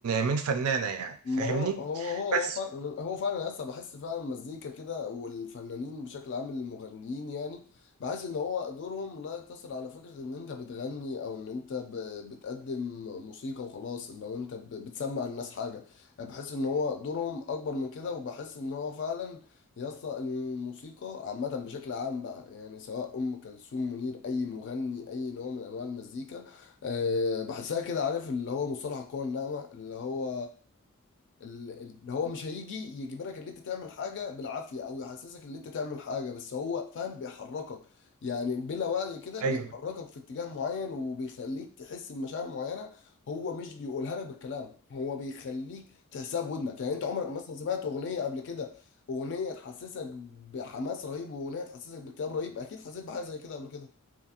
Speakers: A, on the right; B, on the left.
A: من فنانه يعني
B: ما
A: فاهمني
B: هو هو هو
A: بس
B: هو فعلا هو فعلا لسه بحس فعلا المزيكا كده والفنانين بشكل عام المغنيين يعني بحس ان هو دورهم لا يقتصر على فكرة ان انت بتغني او ان انت ب- بتقدم موسيقى وخلاص لو انت ب- بتسمع الناس حاجة يعني بحس ان هو دورهم اكبر من كده وبحس ان هو فعلا يسطا الموسيقى عامة بشكل عام بقى يعني سواء أم كلثوم منير أي مغني أي نوع من أنواع المزيكا أه بحسها كده عارف اللي هو مصطلح القوة الناعمة اللي هو ال- ال- اللي هو مش هيجي يجبرك ان انت تعمل حاجه بالعافيه او يحسسك ان انت تعمل حاجه بس هو فاهم بيحركك يعني بلا وعي كده بيحركك
A: ايوه
B: في اتجاه معين وبيخليك تحس بمشاعر معينه هو مش بيقولها لك بالكلام هو بيخليك تحسها بودنك يعني انت عمرك مثلا سمعت اغنيه قبل كده اغنيه تحسسك بحماس رهيب واغنيه تحسسك باكتئاب رهيب اكيد حسيت بحاجه زي كده قبل كده